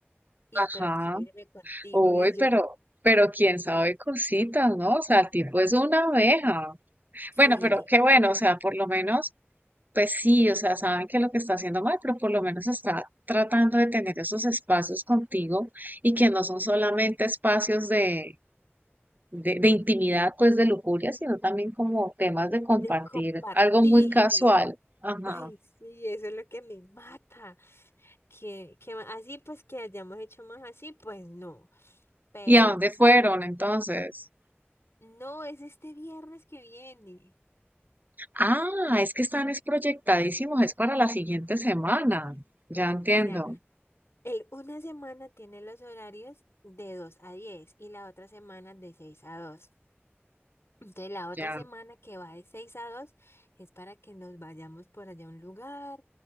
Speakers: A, on the left; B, on the right.
A: y
B: Ajá.
A: pero quiero irme contigo,
B: Uy,
A: y yo,
B: pero, pero quién sabe cositas, ¿no? O sea, el tipo es una abeja.
A: sí,
B: Bueno, pero qué bueno, o sea, por lo menos Pues sí, o sea, saben que lo que está haciendo mal, pero por lo menos está tratando de tener esos espacios contigo y que no son solamente espacios de, de, de intimidad, pues de lujuria, sino también como temas de compartir
A: de compartir.
B: algo muy casual. Ajá.
A: <laughs> Ay, sí, eso es lo que me mata, que, que ma- así pues que hayamos hecho más así, pues no, pero
B: ¿Y a dónde
A: pues
B: fueron
A: no,
B: entonces?
A: no es este viernes que viene.
B: Ah, es que están es proyectadísimos, es para la siguiente semana.
A: <laughs> Mm,
B: Ya entiendo,
A: O sea, El, una semana tiene los horarios de 2 a 10 y la otra semana de seis a dos Entonces la otra
B: ya.
A: semana que va de 6 a 2 es para que nos vayamos por allá a un lugar,